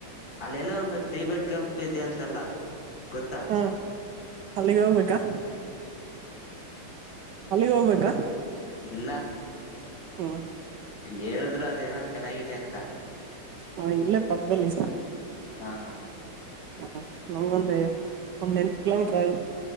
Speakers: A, on the left (about 60°); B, on the right (about 75°).
A: ಅಲ್ಲೆಲ್ಲ ಒಂದು ಟಿ ಬೆಡ್ ಕೆಂಪ್ ಇದೆ ಅಂತೆಲ್ಲ ಗೊತ್ತಾ
B: ಹಾ ಅಲ್ಲಿಗೆ ಹೋಗ್ಬೇಕಾ ಅಲ್ಲಿಗೆ ಹೋಗ್ಬೇಕಾ
A: ಇಲ್ಲ
B: ಹಾಞ
A: ಹೇಳಿದ್ರು ಅದೇನೋ ಚೆನ್ನಾಗಿದೆ ಅಂತ
B: ಹಾ ಇಲ್ಲೇ ಪಕ್ಕದಲ್ಲಿ
A: ಹಾ ಹಾ
B: ಹ್ಮ ನಂಗೊಂದ ಒಂದ್ ಎಂಟು ಕಿಲೋಮೀಟರ್ ಆಗುತ್ತೆ